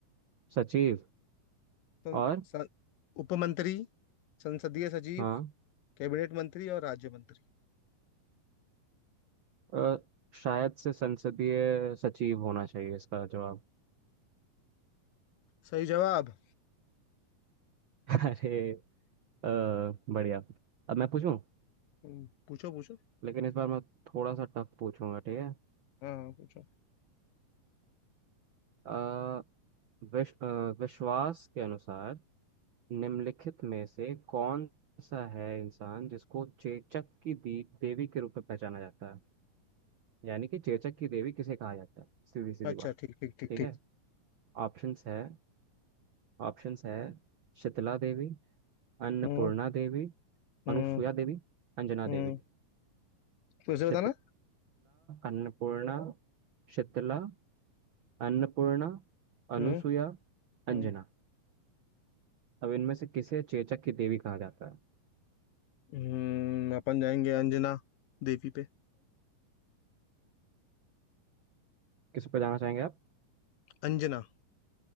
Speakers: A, on the right; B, on the left.
A: सचिव
B: तो
A: और
B: स- उप मंत्री संसदीय सचिव
A: हाँ
B: कैबिनेट मंत्री और राज्य मंत्री
A: अ, शायद से संसदीय सचिव होना चाहिए इसका जवाब
B: सही जवाब
A: <laughs> अरे अ, बढ़िया अब मैं पूछूं
B: हम्म, पूछो पूछो
A: लेकिन इस बार मैं थोड़ा सा टफ पूछूंगा ठीक है
B: हाँ हाँ, पूछो
A: अ, विश, अ, विश्वास के अनुसार निम्नलिखित में से कौन सा है इंसान जिसको चेचक की दी, देवी के रूप में पहचाना जाता है यानी कि चेचक की देवी किसे कहा जाता है सीधी सीधी
B: अच्छा
A: बात
B: ठीक ठीक ठीक
A: ठीक
B: ठीक
A: है ऑप्शंस है ऑप्शंस है शीतला देवी अन्नपूर्णा
B: हम्म
A: देवी
B: हम्म
A: अनुसुया देवी अंजना
B: हम्म
A: देवी
B: फिर से
A: शीतला
B: बताना
A: अन्नपूर्णा शीतला अन्नपूर्णा
B: हम्म
A: अनुसुया
B: हम्म
A: अंजना अब इनमें से किसे चेचक की देवी कहा जाता है
B: हम्म, अपन जाएंगे अंजना देवी पे
A: किस पे जाना चाहेंगे आप
B: अंजना